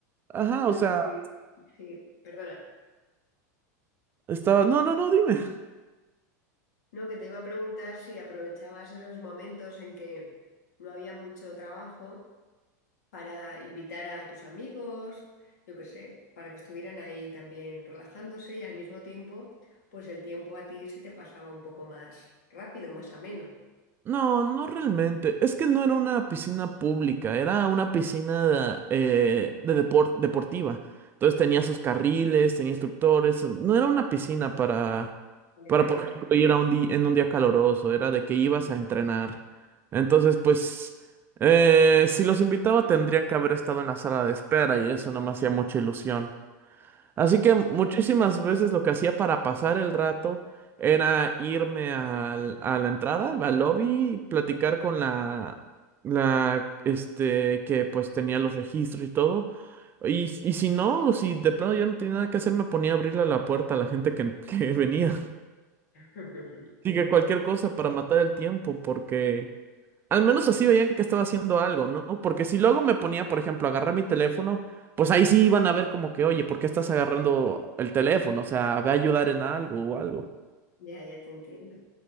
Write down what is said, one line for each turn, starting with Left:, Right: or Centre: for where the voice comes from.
Right: Ajá,
Left: lo
Right: o sea,
Left: que te, sí, perdona,
Right: estaba, no, no, no, dime.
Left: no, que te iba a preguntar si aprovechabas esos momentos en que no había mucho trabajo para invitar a tus amigos, yo qué sé, para que estuvieran ahí también relajándose y al mismo tiempo, pues el tiempo a ti se te pasaba un poco más rápido, más ameno.
Right: No, no realmente. Es que no era una piscina pública, era una piscina eh, de depor- deportiva. Entonces tenía sus carriles, tenía instructores. No era una piscina para,
Left: Vale,
Right: para
Left: vale,
Right: por
Left: vale.
Right: ejemplo, ir a un día en un día caloroso. Era de que ibas a entrenar. Entonces, pues, eh, si los invitaba tendrían que haber estado en la sala de espera y eso no me hacía mucha ilusión. Así que muchísimas veces lo que hacía para pasar el rato era irme al- a la entrada, al lobby, y platicar con la, la, este, que pues tenía los registros y todo. Y, y si no, si de plano yo no tenía nada que hacer, me ponía a abrirle la puerta a la gente que, <laughs> que venía.
Left: <laughs>
Right: Así que cualquier cosa para matar el tiempo, porque al menos así veían que estaba haciendo algo, ¿no? Porque si luego me ponía, por ejemplo, a agarrar mi teléfono, pues ahí sí iban a ver como que, oye, ¿por qué estás agarrando el teléfono? O sea, ve a ayudar en algo o algo.
Left: Ya, ya te entiendo.